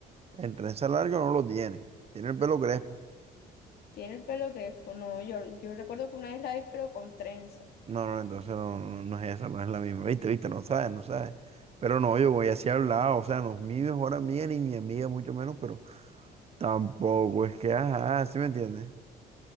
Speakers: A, on the right (about 35°); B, on the left (about 70°).
A: en trenza larga no lo tiene. Tiene el pelo crespo.
B: Tiene el pelo crespo, no, yo, yo recuerdo que una vez la vi, pero con trenza.
A: No, no, entonces no, no, no es esa, no es la misma. Viste, viste, no sabes, no sabes. Pero no, yo voy así hablado, o sea, no es mi mejor amiga ni mi amiga, mucho menos, pero. Tampoco es que, ajá, ¿sí me entiendes?